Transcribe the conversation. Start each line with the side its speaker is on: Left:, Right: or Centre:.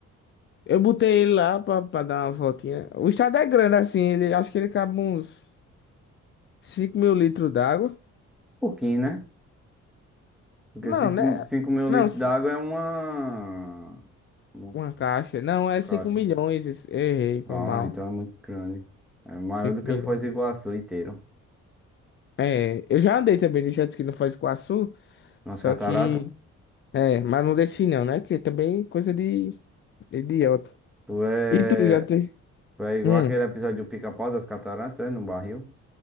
Left: eu botei ele lá pra, pra dar uma voltinha. O estado é grande, assim, ele, acho que ele cabe uns. cinco mil litros d'água?
Centre: Pouquinho, né? Porque
Left: Não,
Centre: cinco
Left: né?
Centre: cinco mil
Left: Não,
Centre: litros
Left: ci-
Centre: d'água é uma... uma
Left: uma caixa. Não, é
Centre: caixa.
Left: cinco milhões. esse- Errei, foi
Centre: Ah,
Left: mal.
Centre: então é muito grande. É maior
Left: Cinco
Centre: do que
Left: milhões.
Centre: o Foz do Iguaçu inteiro.
Left: É, eu já andei também de jet ski no Foz do Iguaçu,
Centre: Nas
Left: só
Centre: cataratas.
Left: que... É, mas não desci não, né? Porque também é coisa de de idiota.
Centre: Tu é...
Left: E tu já tem?
Centre: tu é igual
Left: Hum.
Centre: aquele episódio do Pica-Pau das cataratas, é? no barril.